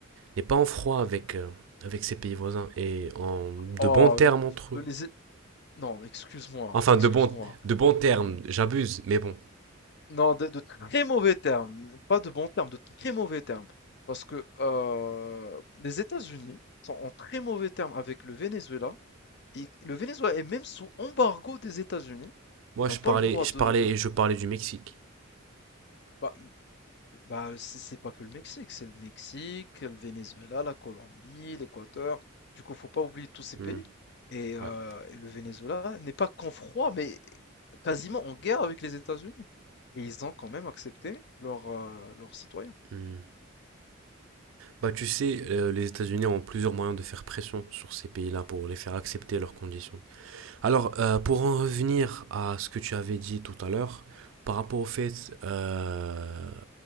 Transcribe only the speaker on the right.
n'est pas en froid avec, euh, avec ses pays voisins et en de
bons termes
entre eux.
Enfin,
de bons, de bons termes, j'abuse, mais bon.
Moi,
je
parlais,
je
parlais,
je parlais du Mexique.
Hmm,
ouais.
Hmm. Bah, tu sais, euh, les États-Unis ont plusieurs moyens de faire pression sur ces pays-là pour les faire accepter leurs conditions. Alors, euh, pour en revenir à ce que tu avais dit tout à l'heure, par rapport au fait euh,